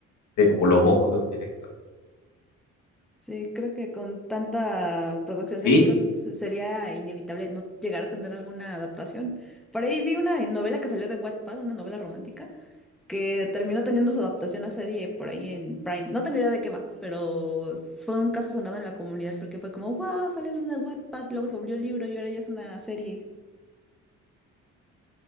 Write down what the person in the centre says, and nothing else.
sí, creo que con tanta producción
de libros sería inevitable no llegar a tener alguna adaptación. Por ahí vi una novela que salió de Wattpad, una novela romántica que terminó teniendo su adaptación a serie por ahí en Prime. No tengo idea de qué va, pero fue un caso sonado en la comunidad porque fue como, wow, salió de Wattpad, luego se volvió libro y ahora ya es una serie.